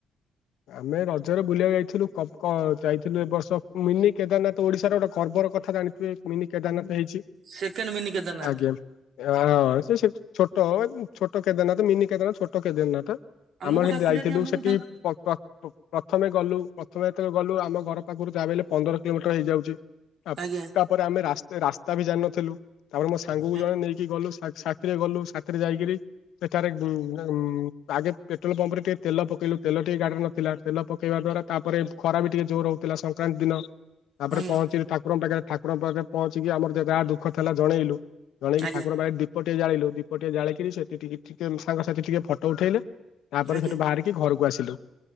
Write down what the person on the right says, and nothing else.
ସେକେଣ୍ଡ ମିନି କେଦାରନାଥ
ଆମକୁ
ଡାକିଲେନି
ଆମେ
ଯାଇଥାନ୍ତୁ
ଆଜ୍ଞା
ଆଜ୍ଞା
ଆଜ୍ଞା
ଆଜ୍ଞା
ଆଜ୍ଞା।